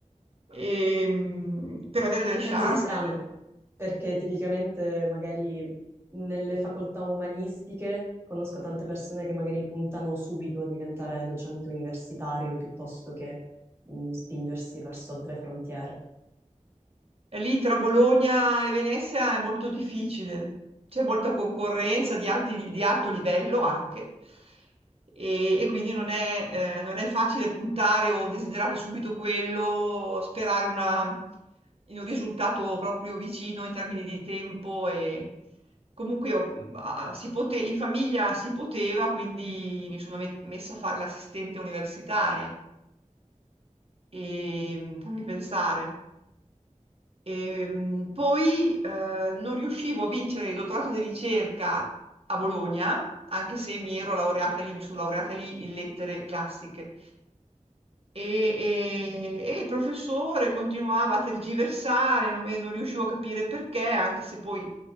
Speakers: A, on the right; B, on the right.
A: Ehm, per avere delle chance,
B: Anzi, strano,
A: delle...
B: perché tipicamente magari nelle facoltà umanistiche conosco tante persone che magari puntano subito a diventare docente universitario piuttosto che mh, spingersi verso altre frontiere.
A: E lì tra Bologna e Venezia è molto difficile, c'è molta concorrenza di, alti- di alto livello anche e, e quindi non è, eh, non è facile puntare o desiderare subito quello, sperare una- in un risultato proprio vicino in termini di tempo e comunque io, ah, si pote- in famiglia si poteva, quindi mi sono met- messa a fare l'assistente universitaria e fammi pensare. E, mh, poi eh, non riuscivo a vincere il dottorato di ricerca a Bologna, anche se mi ero laureata lì, mi sono laureata lì in lettere classiche. E, e- e il professore continuava a tergiversare non- e non riuscivo a capire perché, anche se poi